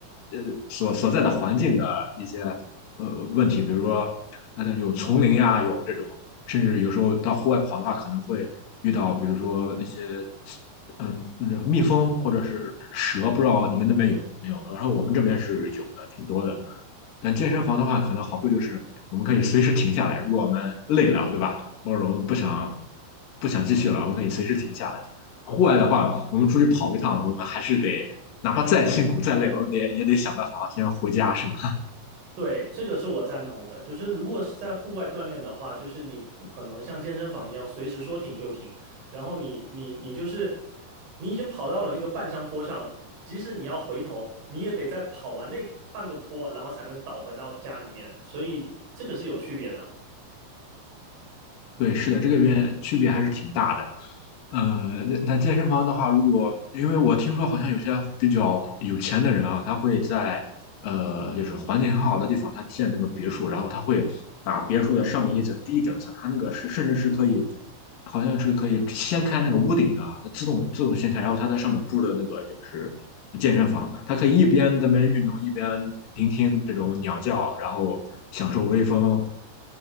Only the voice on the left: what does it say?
呃所所在的环境的一些呃问题，比如说那种有丛林呀，有这种，甚至有时候到户外跑的话，可能会遇到比如说那些呃嗯蜜蜂或者是蛇，不知道你们那边有没有？然后我们这边是有的，挺多的。但健身房的话，可能好处就是我们可以随时停下来，如果我们累了，对吧？或者我们不想不想继续了，我们可以随时停下来。户外的话，我们出去跑一趟，我们还是得哪怕再辛苦再累，我们得也得想办法先回家，是吧？
对，是的，这个边区别还是挺大的。呃，那那健身房的话，如果因为我听说好像有些比较有钱的人啊，他会在呃，就是环境很好的地方，他建那个别墅，然后他会把别墅的上面一层、第一整层，他那个是甚至是可以，好像是可以掀开那个屋顶的啊，自动自动掀开，然后他在上面布的那个就是健身房，他可以一边在那边运动，一边聆听这种鸟叫，然后享受微风，